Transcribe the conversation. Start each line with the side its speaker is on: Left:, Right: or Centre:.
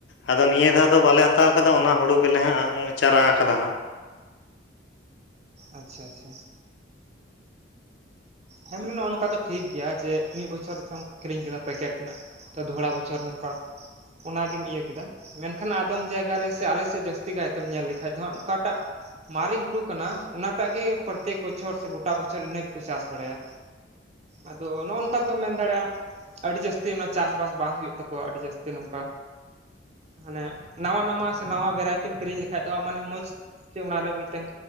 Left: ᱟᱫᱚ ᱱᱤᱭᱟᱹ ᱫᱷᱟᱣ ᱫᱚ ᱵᱟᱞᱮ ᱦᱟᱛᱟᱣ ᱟᱠᱟᱫᱟ
Right: ᱟᱪᱪᱷᱟ
Left: ᱚᱱᱟ ᱦᱩᱲᱩ ᱜᱮᱞᱮ ᱦᱟᱸᱜ ᱪᱟᱨᱟ ᱟᱠᱟᱫᱟ ᱦᱟᱸᱜ
Right: ᱟᱪᱪᱷᱟ ᱟᱪᱪᱷᱟ ᱦᱮᱸ ᱢᱟᱱᱮ ᱱᱚᱜᱼᱚ ᱱᱚᱝᱠᱟ ᱫᱚ ᱴᱷᱤᱠ ᱜᱮᱭᱟ ᱡᱮ ᱢᱤᱫ ᱵᱚᱪᱷᱚᱨᱚᱢ ᱠᱤᱨᱤᱧ ᱠᱮᱫᱟ ᱯᱮᱠᱮᱴ ᱨᱮᱱᱟᱜ ᱛᱚ ᱫᱚᱦᱚᱲᱟ ᱵᱚᱪᱷᱚᱨ ᱱᱚᱝᱠᱟ ᱚᱱᱟᱜᱮᱢ ᱤᱭᱟᱹ ᱠᱮᱫᱟ ᱢᱮᱱᱠᱷᱟᱱ ᱟᱫᱚᱢ ᱡᱟᱭᱜᱟ ᱨᱮ ᱥᱮ ᱟᱞᱮ ᱥᱮᱫ ᱡᱟᱹᱥᱛᱤ ᱠᱟᱭᱛᱮᱢ ᱧᱮᱞ ᱞᱮᱠᱷᱟᱡ ᱫᱚ ᱦᱟᱜ ᱚᱠᱟᱴᱟᱜ ᱢᱟᱨᱮ ᱦᱩᱲᱩ ᱠᱟᱱᱟ ᱚᱱᱟᱴᱟᱜ ᱜᱮ ᱯᱨᱚᱛᱛᱮᱠ ᱵᱚᱪᱷᱚᱨ ᱥᱮ ᱜᱚᱴᱟ ᱵᱚᱪᱷᱚᱨ ᱤᱱᱟᱹ ᱜᱮᱠᱚ ᱪᱟᱥ ᱵᱟᱲᱟᱭᱟ ᱟᱫᱚ ᱱᱚᱜᱼᱚ ᱱᱚᱝᱠᱟ ᱨᱮᱫᱚᱢ ᱢᱮᱱ ᱫᱟᱲᱮᱭᱟᱜᱼᱟ ᱟᱹᱰᱤ ᱡᱟᱹᱥᱛᱤ ᱚᱱᱟ ᱪᱟᱥᱼᱵᱟᱥ ᱵᱟᱝ ᱦᱩᱭᱩᱜ ᱛᱟᱠᱚᱣᱟ ᱟᱹᱰᱤ ᱡᱟᱹᱥᱛᱤ ᱱᱚᱝᱠᱟ ᱢᱟᱱᱮ ᱱᱟᱣᱟ ᱱᱟᱣᱟ ᱥᱮ ᱱᱟᱣᱟ ᱵᱷᱮᱨᱟᱭᱴᱤᱢ ᱠᱤᱨᱤᱧ ᱞᱮᱠᱷᱟᱡ ᱫᱚ ᱦᱟᱜ ᱢᱟᱱᱮ ᱢᱚᱡᱽ ᱪᱮᱫ ᱚᱱᱟᱨᱮ ᱢᱤᱫᱴᱟᱝ